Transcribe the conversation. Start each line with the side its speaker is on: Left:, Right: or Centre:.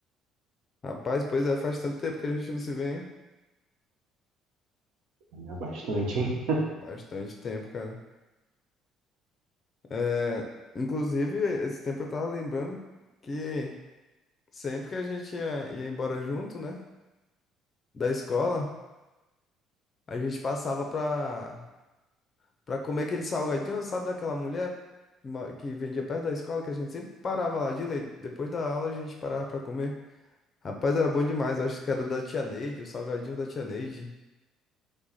Left: Rapaz, pois é, faz tanto tempo que a gente não se vê, hein?
Right: né? Bastante, hein?
Left: Bastante tempo, cara. É, inclusive, esse tempo eu tava lembrando que sempre que a gente ia, ia embora junto, né? Da escola, a gente passava pra, pra comer aquele salgadinho, sabe, daquela mulher ma- que vendia perto da escola, que a gente sempre parava lá de leite. Depois da aula, a gente parava pra comer. Rapaz, era bom demais. Acho que era da tia Neide, o salgadinho da tia Neide.